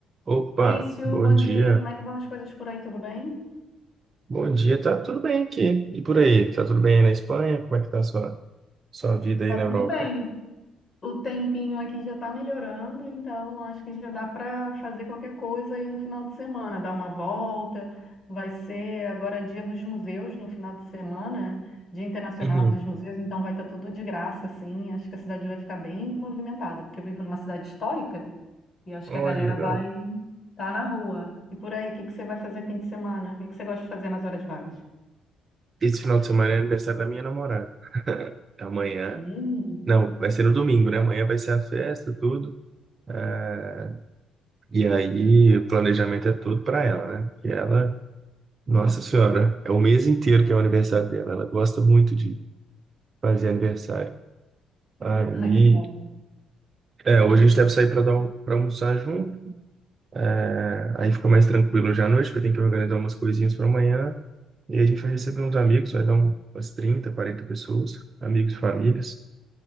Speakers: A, on the right (about 40°); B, on the left (about 40°).
A: Opa,
B: Maurício,
A: bom
B: bom
A: dia.
B: dia. Como é que vão as coisas por aí? Tudo bem?
A: Bom dia, tá tudo bem aqui. E por aí? Tá tudo bem aí na Espanha? Como é que tá a sua, sua vida
B: Tá
A: aí na
B: tudo
A: Europa?
B: bem. O tempinho aqui já tá melhorando, então acho que já dá para fazer qualquer coisa aí no final de semana, dar uma volta. Vai ser agora dia dos museus no final de semana, Dia Internacional
A: Uhum.
B: dos Museus, então vai estar tudo de graça, assim. Acho que a cidade vai ficar bem movimentada, porque eu vivo numa cidade histórica e acho
A: Olha,
B: que a galera
A: legal.
B: vai estar na rua. E por aí, o que que você vai fazer fim de semana? O que que você gosta de fazer nas horas vagas?
A: Esse final de semana é aniversário da minha namorada. <laughs> Amanhã.
B: Hum,
A: Não, vai ser no domingo, né? Amanhã vai ser a festa, tudo. É, E aí, o planejamento é tudo pra ela, né? E ela, nossa senhora, é o mês inteiro que é o aniversário dela. Ela gosta muito de fazer aniversário. Aí,
B: ai, que top.
A: é, hoje a gente deve sair pra dar um, para almoçar junto. É, aí fica mais tranquilo já à noite, porque tem que organizar umas coisinhas para amanhã. E aí a gente vai receber uns amigos, vai dar um- umas 30, 40 pessoas, amigos e famílias.